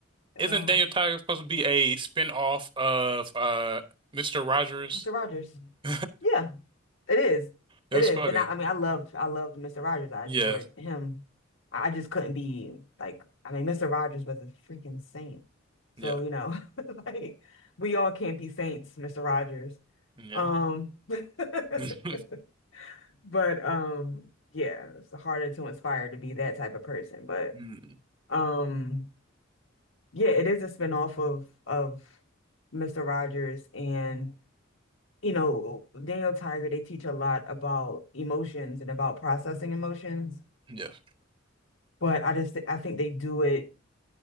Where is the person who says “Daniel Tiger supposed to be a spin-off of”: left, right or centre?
Right